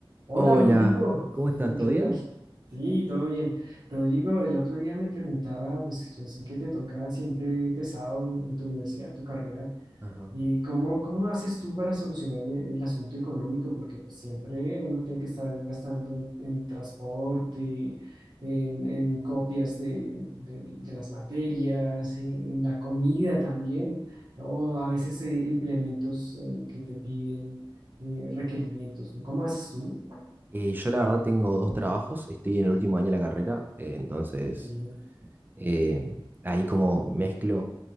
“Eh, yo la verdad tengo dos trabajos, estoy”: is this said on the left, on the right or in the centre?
Right